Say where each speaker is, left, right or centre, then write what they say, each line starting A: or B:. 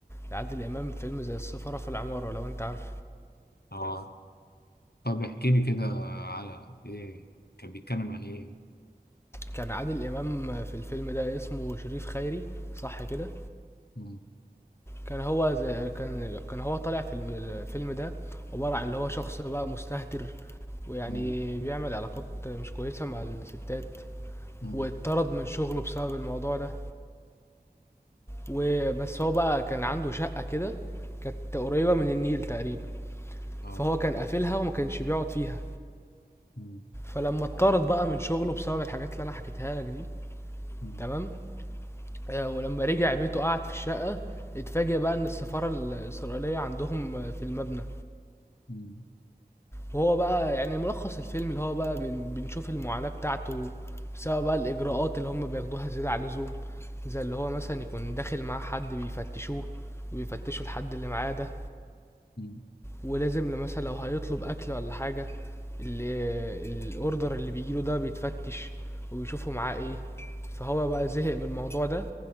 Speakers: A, on the left (about 15°); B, on the left (about 75°).
A: لعادل امام فيلم زي السفاره في العماره لو انت عارف
B: اه طب احكي لي كده على ايه كان بيتكلم عن ايه
A: كان عادل امام في الفيلم ده اسمه شريف خيري صح كده
B: مم،
A: كان هو زي كان كان هو طالع في الم- الفيلم ده عبارة عن اللي هو شخص بقى مستهتر ويعني
B: مم،
A: بيعمل علاقات مش كويسة مع الستات
B: مم،
A: واتطرد من شغله بسبب الموضوع ده وبس هو بقى كان عنده شقة كده كانت قريبة من النيل تقريبا
B: اه
A: فهو كان قافلها وما كانش بيقعد فيها
B: مم،
A: فلما اتطرد بقى من شغله بسبب الحاجات اللي انا حكيتها لك دي
B: مم،
A: تمام آه، ولما رجع بيته قعد في الشقة اتفاجئ بقى ان السفارة الإسرائيلية عندهم في المبنى
B: مم،
A: وهو بقى يعني ملخص الفيلم اللي هو بقى بن بنشوف المعاناة بتاعته بسبب بقى الإجراءات اللي هم بياخدوها زيادة عن اللزوم زي اللي هو مثلا يكون داخل معاه حد بيفتشوه وبيفتشوا الحد اللي معاه ده
B: مم،
A: ولازم لو مثلا لو هيطلب أكل ولا حاجة اللي الأوردر اللي بيجيله ده بيتفتش وبيشوفوا معاه ايه فهو بقى زهق من الموضوع ده